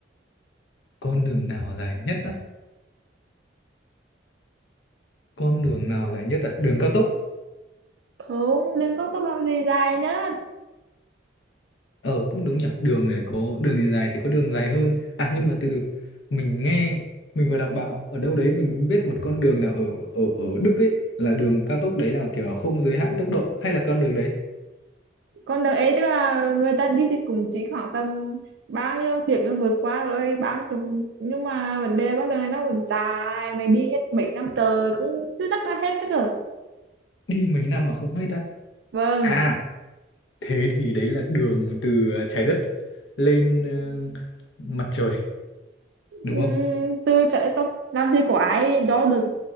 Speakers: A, on the left; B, on the right.
A: con đường nào dài nhất á con đường nào dài nhất à đường cao tốc
B: không đường cao tốc làm gì dài nhất
A: ờ cũng đúng nhỉ đường này có đường này dài thì có đường dài hơn à nhưng mà từ từ mình nghe mình vừa đọc báo ở đâu đấy mình biết một con đường nào ở ở ở Đức ấy là đường cao tốc đấy là kiểu là không giới hạn tốc độ hay là con đường đấy
B: con đường ấy tức là người ta đi thì cũng chỉ khoảng tầm bao nhiêu tiếng nó vượt qua rồi bao nhiêu chục- nhưng mà vấn đề con đường này nó còn dài mày đi hết mấy năm trời cũng chưa chắc đã hết chứ cơ
A: đi mấy năm mà không hết á
B: vâng
A: à thế thì đấy là đường từ ờ, trái đất lên ờ, mặt trời
B: Ừm,
A: đúng không
B: từ chạy tóc làm gì có ai đó được